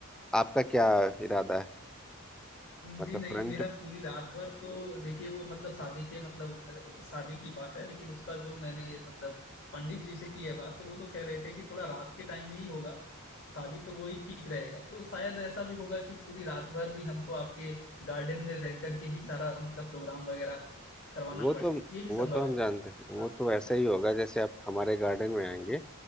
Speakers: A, in the centre; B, on the left (about 55°).
A: आपका क्या इरादा है मतलब
B: जी नहीं
A: फ्रंट
B: मेरा पूरी रात भर तो देखिए वो मतलब शादी के मतलब वो तो शादी की बात है लेकिन उसका जो मैंने मतलब पंडित जी से की है बात तो वो तो कह रहे थे कि थोड़ा रात के टाइम में ही होगा शादी तो वही ठीक रहेगा तो शायद ऐसा भी होगा कि पूरी रात भर भी हमको आपके गार्डन में रह करके ही सारा मतलब प्रोग्राम वगैरह करवाना
A: वो तो
B: पड़े ये भी
A: वो
B: संभव
A: तो हम
B: है
A: जानते हैं वो
B: हाँ
A: तो वैसा ही होगा जैसे आप हमारे गार्डन में आएंगे